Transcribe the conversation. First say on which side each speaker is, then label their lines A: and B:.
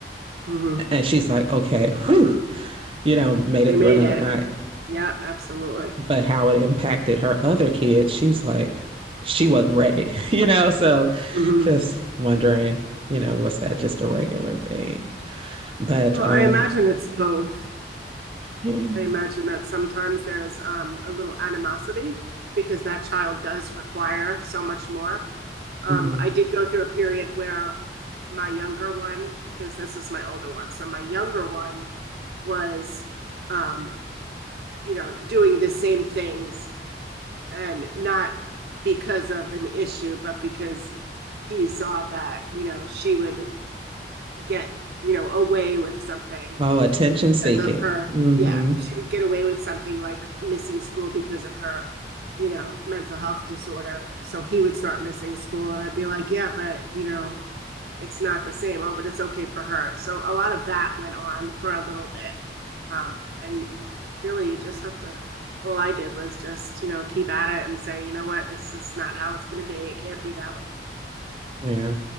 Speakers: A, on the right; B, on the right.
A: hmm
B: And she's like, okay, whew, you know, made
A: we
B: it
A: made
B: through another
A: it.
B: night.
A: Yeah, absolutely.
B: but how it impacted her other kids, she's like, she wasn't ready, <laughs> you know? So
A: hmm
B: just wondering, you know, was that just a regular thing? But
A: Well, I
B: um,
A: imagine it's both.
B: yeah.
A: I imagine that sometimes there's um, a little animosity because that child does require so much more. Um,
B: hmm
A: I did go through a period where my younger one, because this is my older one, so my younger one was, um, you know, doing the same things and not because of an issue, but because he saw that, you know, she would get, you know, away with something
B: Oh, attention
A: because
B: seeking.
A: of her.
B: hmm
A: Yeah, she would get away with something like missing school because of her, you know, mental health disorder. So he would start missing school, and I'd be like, yeah, but you know, it's not the same. Oh, but it's okay for her. So a lot of that went on for a little bit, um, and you, really, you just have to. All I did was just, you know, keep at it and say, you know what, this is not how it's going to be. It can't be that way.
B: Yeah.